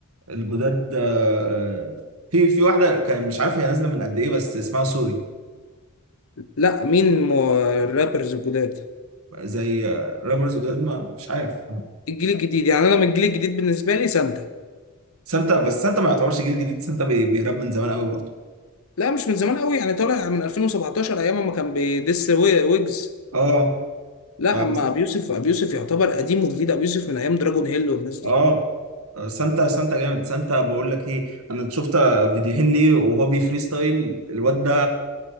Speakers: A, on the right (about 75°); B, on the left (about 70°).
A: الجداد آه، في في واحدة كان مش عارف هي نازلة من قد إيه بس اسمها سوري
B: لا مين مو- الرابرز الجداد
A: زي آه، رابرز جداد ما مش عارف
B: الجيل الجديد يعني انا من الجيل الجديد بالنسبه لي سانتا
A: سانتا بس سانتا ما يعتبرش جيل جديد سانتا بي- بيراب من زمان قوي برضه
B: لا مش من زمان قوي يعني طالع من 2017 ايام ما كان بيدس وي- ويجز
A: اه
B: لا
A: بس-
B: اما ابي يوسف ابي يوسف يعتبر قديم وجديد ابي يوسف من ايام دراجون هيل والناس دي
A: اه آه، سانتا سانتا جامد سانتا بقول لك ايه انا شفت فيديوهين ليه وهو بيفري ستايل الواد ده